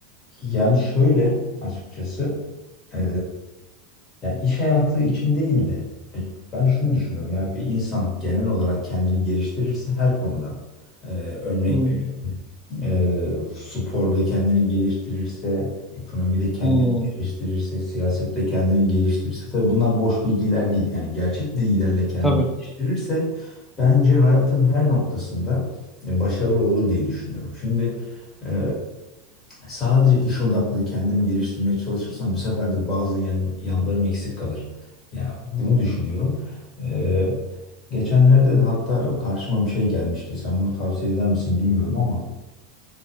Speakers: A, on the left; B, in the centre.
A: Yani şöyle açıkçası. e, Yani iş hayatı için değil de ya ben şunu düşünüyorum. Yani bir insan genel olarak kendini geliştirirse her konuda e, örnek
B: Hmm,
A: veriyorum. e, sporda kendini geliştirirse, ekonomide kendini
B: hmm,
A: geliştirirse, siyasette kendini geliştirirse tabii bunlar boş bilgiler değil. Yani gerçek bilgilerle kendini
B: tabii.
A: geliştirirse bence hayatın her noktasında e, başarılı olur diye düşünüyorum. Şimdi e, Sadece iş odaklı kendimi geliştirmeye çalışırsam bu sefer de bazı yan, yanlarım eksik kalır. Ya bunu düşünüyorum. Ee, geçenlerde de hatta karşıma bir şey gelmişti. Sen bunu tavsiye eder misin bilmiyorum ama